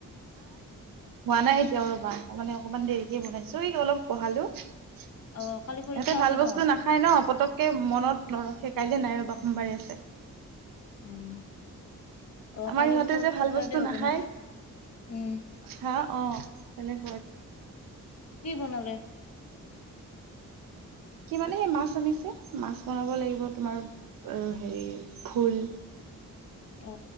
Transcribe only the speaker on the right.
হোৱা নাই এতিয়া ৰ'বা, তাৰ মানে অকমান দেৰিকে বনাইছো, এইক অলপ পঢ়ালো। ইহঁতে
ভাল
বস্তু নাখায় ন পতককে মনত নৰখে। কাইলৈ নাই ৰ'বা সোমবাৰে আছে।
আমাৰ
ইহঁতে
যে
ভাল বস্তু
নাখায়।
হা অ' কাইলে ঘৰত
কি মানে সেই মাছ আনিছে, মাছ বনাব লাগিব তোমাৰ হেৰি ভোল